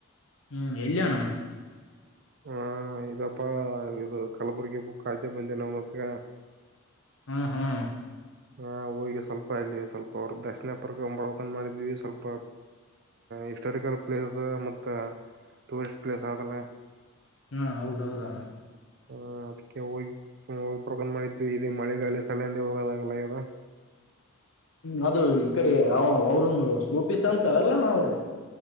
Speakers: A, on the left; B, on the right.
A: ಹು ಎಲ್ಲಿ ಅಣ್ಣ
B: ಹಾ ಇದಪ್ಪಾ ಇದು ಕಲಬುರ್ಗಿ ಬು ಕಚೆ ನಮಸ್ಗ
A: ಹ್ಮ್ ಹ್ಮ್
B: ಹಾ ಹೋಗಿ ಸ್ವಲ್ಪ ಅಲ್ಲಿ ಸ್ವಲ್ಪ ಅವ್ರರು ದರ್ಶನ ಪಡಕೊಂಡು ಬಂದು ಮಾಡಿದ್ವಿ ಸ್ವಲ್ಪ ಹಿಸ್ಟಾರಿಕಲ್ ಪ್ಲೇಸ್ ಮತ್ತ ಟೂರಿಸರಿಸ್ಟ್ ಪ್ಲೇಸ್ ಆದಲ್ಲ
A: ಹ್ಮ ಹೌದೌದಾ
B: ಹ ಅದಕ್ಕೆ ಹೋಗಿಗ ಬರ್ಬೇಕು ಮಾಡಿದ್ವಿ ಇ ಮಳೆಗಾಲ ಸಲುವಾಗಿ ಹೋಗೋದಾಗಲ್ಲ ಆಗ್ಯದ
A: ಹ್ಮ್ ಅದು ಈ ಕಡೆ ಅವ ಅವರುಂದು ಸೋಪೀಸ್ ಸಂತರುಲ್ಲಣ ಅವ್ರೆ